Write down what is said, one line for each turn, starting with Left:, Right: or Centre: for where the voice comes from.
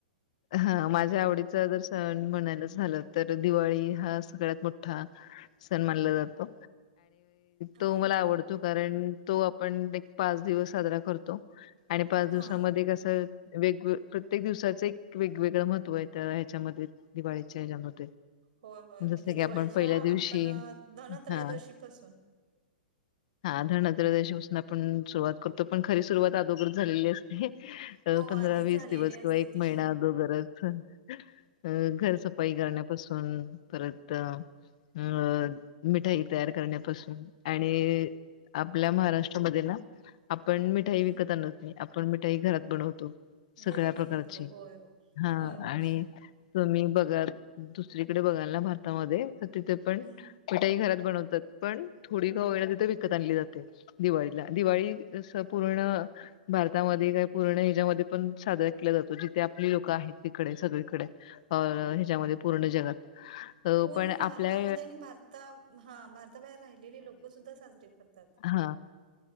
Left: हा माझ्या आवडीच जर सण म्हणायला झालं तर दिवाळी. हा सगळ्यात मोठा सण मान जातो.
Right: हो
Left: तो मला आवडतो कारण तो आपण एक पाच दिवस साजरा करतो आणि पाच दिवसामध्ये
Right: हा
Left: कसं वेग प्रत्येक दिवसाच एक वेगवेगळं महत्व आहे त्या ह्याच्यामध्ये दिवाळीच्या ह्याच्यामध्ये
Right: होय होय
Left: जसं
Right: म्हणजे
Left: की
Right: दिवाळीच्या
Left: आपण पहिल्या
Right: आपण
Left: दिवशी
Right: धनत्रयोदोशी
Left: हा
Right: पासून
Left: हा धनत्रयदिशी आपण सुरुवात करतो पण खरी सुरुवात अदोगरचं झालेली असते..
Right: हो
Left: पंधरा
Right: आधीच
Left: वीस
Right: झालेली
Left: दिवस
Right: असते
Left: किंवा एक
Right: ती
Left: महिना अदोगरच अ घरसफाई करण्यापासून परत अ अ मिठाई तयार करण्या पासून आणि आपल्या महाराष्ट्रामध्ये ना आपण मिठाई
Right: हम्म
Left: विकत आणत नाही आपण मिठाई घरात बनवतो. सगळ्या
Right: घरी
Left: प्रकारची
Right: बनवतो होय हो.
Left: हा
Right: होय होय
Left: आणि तुम्ही बघा दुसरीकडे बघाल ना भारतामध्ये तिथे पण
Right: हम्म
Left: मिठाई घरात बनवतात. पण थोडी का होईना, तिथं विकत आणली जाते दिवाळीला दिवाळी पूर्ण भारतामध्ये का पूर्ण ह्याच्यामध्ये पण साजरा केला जातो जिथे आपली लोकं आहेत तिकडे सगळीकडे अ ह्याच्यामध्ये पूर्ण जगात.
Right: पूर्ण
Left: पण
Right: भारतामध्ये
Left: आपल्या
Right: आणि भारता हा भारताबाहेर राहिलेली लोक सुद्धा साजरीे करतात.
Left: हा